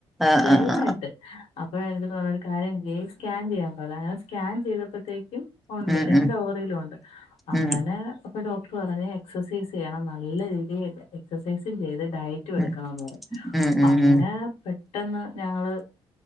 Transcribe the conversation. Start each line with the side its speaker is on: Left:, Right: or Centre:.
Centre: ആഹ്
Left: ചെറ്തായിട്ട്
Centre: ആഹ് ആഹ്
Left: അപ്പോഴേ എന്റെടുത്ത് പറഞ്ഞ് ഒരു കാര്യം ചെയ്യ് സ്കാൻ ചെയ്യാൻ പറ സ്കാൻ ചെയ്തപ്പത്തേക്കും ഉണ്ട്
Centre: ഉം
Left: രണ്ട്
Centre: ഉം
Left: ഓവറിയിലും ഉണ്ട് അങ്ങനെ
Centre: ഉം
Left: അപ്പ ഡോക്ടർ പറഞ്ഞ് എക്സസൈസ് ചെയ്യണം നല്ല രീതിയിൽ എക്സസൈസും ചെയ്ത് ഡയറ്റ് റ്റു
Centre: ഉം
Left: എടുക്കണംന്ന് പറഞ്ഞു
Centre: ഉം ഉം
Left: അങ്ങനെ
Centre: ഉം
Left: പെ പെട്ടെന്ന് ഞങ്ങള്